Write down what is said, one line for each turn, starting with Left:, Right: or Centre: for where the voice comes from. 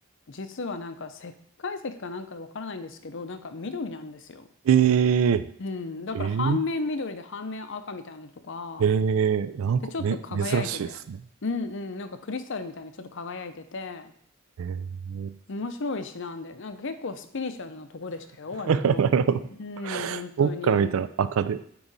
Left: 実はなんか石灰石かなんかわからないんですけど、なんか緑なんですよ。
Right: え
Left: うん、だから半面緑で半面赤みたいなのとか、
Right: ええええええなんかめ、
Left: で、ちょっと輝いてて、
Right: 珍しいですね。
Left: うんうん、なんかクリスタルみたいにちょっと輝いてて、
Right: ええ
Left: 面白い石なんで、なんか結構スピリチュアルなとこでしたよ、
Right: <laughs>
Left: 割と。
Right: なるほど。
Left: うん、本当に。
Right: 僕から見たら赤で、